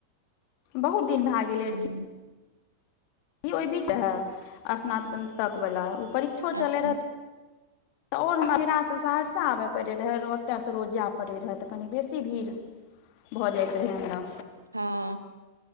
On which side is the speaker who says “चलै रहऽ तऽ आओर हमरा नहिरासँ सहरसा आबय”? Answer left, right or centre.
Left